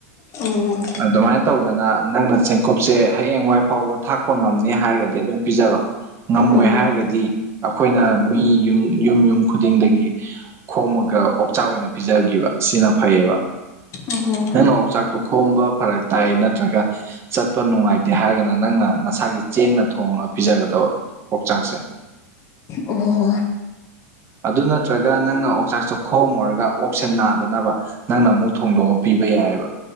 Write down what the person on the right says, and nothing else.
ꯑꯗꯨꯃꯥꯏꯅ ꯇꯧꯗꯅ ꯅꯪꯅ ꯆꯦꯡꯀꯨꯞꯁꯦ ꯍꯌꯦꯡꯋꯥꯏ ꯐꯥꯎꯕ ꯊꯥꯛꯄ ꯉꯝꯅꯤ ꯍꯥꯏꯔꯒꯗꯤ ꯑꯗꯨꯝ ꯄꯤꯖꯔꯣ ꯉꯝꯃꯣꯏ
ꯍꯥꯏꯔꯒꯗꯤ ꯑꯩꯈꯣꯏꯅ ꯃꯤ ꯌꯨꯝ ꯌꯨꯝ ꯌꯨꯝ ꯈꯨꯗꯤꯡꯗꯒꯤ ꯈꯣꯃ ꯒ ꯑꯣꯛꯆꯥꯛ ꯑꯣꯏꯅ ꯄꯤꯖꯒꯤꯕ ꯁꯤꯅ ꯐꯩꯌꯦꯕ
ꯅꯪꯅ ꯑꯣꯛꯆꯥꯛꯇꯨ ꯈꯣꯝꯕ ꯐꯔꯛ ꯇꯥꯏ ꯅꯠꯇ꯭ꯔꯒ ꯆꯠꯄ ꯅꯨꯡꯉꯥꯏꯇꯦ ꯍꯥꯏꯔꯒꯅ ꯅꯪꯅ ꯅꯁꯥꯒꯤ ꯆꯦꯡꯅ ꯊꯣꯡꯉ ꯄꯤꯖꯒꯗꯕ ꯑꯣꯛꯆꯥꯛꯁꯦ
ꯑꯗꯨ ꯅꯠꯇ꯭ꯔꯒ ꯅꯪꯅ ꯑꯣꯛꯆꯥꯛꯁꯨ ꯈꯣꯝꯃꯨꯔꯒ ꯑꯣꯛꯁꯦ ꯅꯥꯗꯅꯕ ꯅꯪꯅ ꯑꯃꯨꯛ ꯊꯣꯡꯗꯣꯛꯑ ꯄꯤꯕ ꯌꯥꯏ ꯌꯥꯢꯕ